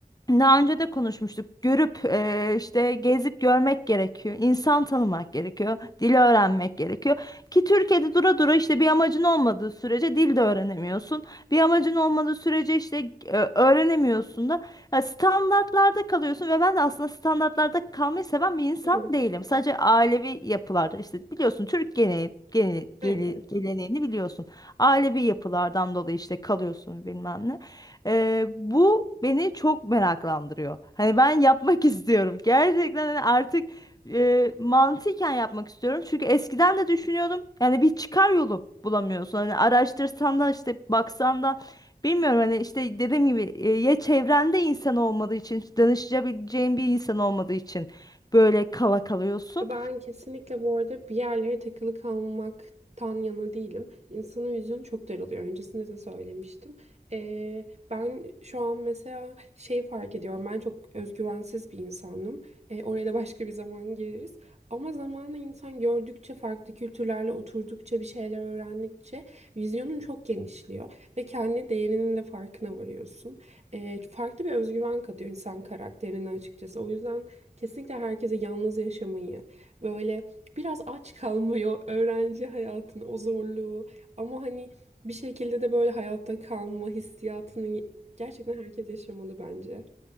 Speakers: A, on the left; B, on the right.
A: daha önce de konuşmuştuk. Görüp eee, işte gezip görmek gerekiyor. İnsan tanımak gerekiyor. Dili öğrenmek gerekiyor. Ki Türkiye'de dura dura işte bir amacın olmadığı sürece dil de öğrenemiyorsun. Bir amacın olmadığı sürece işte e, öğrenemiyorsun da ya standartlarda kalıyorsun ve ben de aslında standartlarda kalmayı seven bir insan
B: Hı hı.
A: değilim. Sadece ailevi yapılarda işte biliyorsun Türk geleneği, gele- gele-
B: Evet, evet.
A: geleneğini biliyorsun. Ailevi yapılardan dolayı işte kalıyorsun bilmem ne. Ee, bu beni çok meraklandırıyor. Hani ben yapmak <laughs> istiyorum. Gerçekten hani artık e, mantıken yapmak istiyorum. Çünkü eskiden de düşünüyordum. Yani bir çıkar yolu bulamıyorsun. Hani araştırsan da işte baksan da bilmiyorum hani işte dediğim gibi e, ya çevrende insan olmadığı için danışabileceğin bir insan olmadığı için böyle kala kalıyorsun.
B: Ben kesinlikle bu arada bir yerlere takılı kalmaktan yana değilim. İnsanın vizyonu çok daralıyor. Öncesinde de söylemiştim. Ee, ben şu an mesela şey fark ediyorum. Ben çok özgüvensiz bir insanım. Ee, oraya da başka bir zaman gireriz. Ama zamanla insan gördükçe, farklı kültürlerle oturdukça, bir şeyler öğrendikçe vizyonun çok genişliyor. Ve kendi değerinin de farkına varıyorsun. Ee, farklı bir özgüven katıyor insan karakterine açıkçası. O yüzden... Kesinlikle herkese yalnız yaşamayı, Böyle biraz aç kalmıyor öğrenci hayatının o zorluğu ama hani bir şekilde de böyle hayatta kalma hissiyatını gerçekten herkes yaşamalı bence.